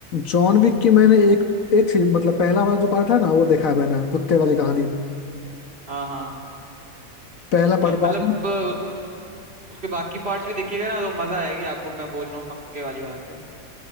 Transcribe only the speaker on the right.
हाँ हाँ
वो
मतलब
अ, उसके बाकी पार्ट्स भी देखिएगा ना तो मजा आएगी आपको मैं बोल रहा हूँ पक्के वाली बात है